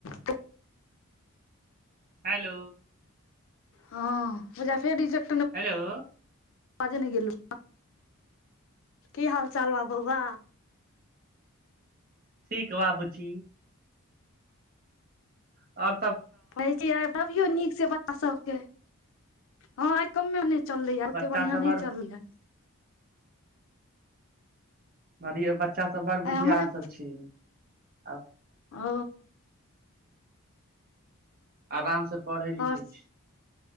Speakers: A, on the left; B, on the right.
A: तऽ
B: हेलो
A: ह पूजा फेर रिजल्ट
B: हेलो
A: अबाजे नहि गेलु की हाल चाल बा बौआ
B: ठीक बा बुची आओर
A: भौजी यै दबियौ नीक से बच्चा सबके हँ आ कमे नहि चललै आ
B: बच्चा
A: ओते बढ़ियां
B: सब
A: न चललै
B: बढ़ियौ बच्चा सब बड़ बुध्दियार
A: आइ हमरे
B: सब छै आ
A: ओ
B: आरामसँ पढ़ै लिखै
A: आओर
B: छी